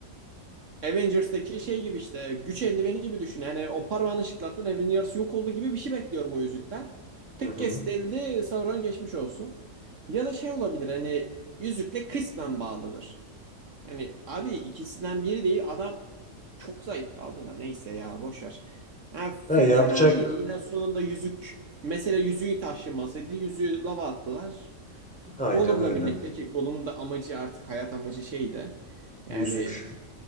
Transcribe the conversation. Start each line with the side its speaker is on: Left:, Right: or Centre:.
Right: Avengers'taki şey gibi işte güç eldiveni gibi düşün. Yani o parmağını şıklattın evrenin yarısı yok oldu gibi bir şey bekliyorum o yüzükten. Tık
Centre: Hı hı.
Right: kestildi Sauron geçmiş olsun. Ya da şey olabilir hani yüzükle kısmen bağlıdır. Hani abi ikisinden biri değil adam çok zayıf kaldı da neyse ya boş ver. Ha,
Centre: Ha,
Right: film
Centre: yapacak
Right: fena değildi. Yine sonunda yüzük mesele yüzüğün taşınmasıydı. Yüzüğü lava attılar.
Centre: aynen
Right: Gollum'la
Centre: öyle.
Right: birlikte ki Gollum'un da amacı artık hayat amacı şeydi. Yani
Centre: Yüzük.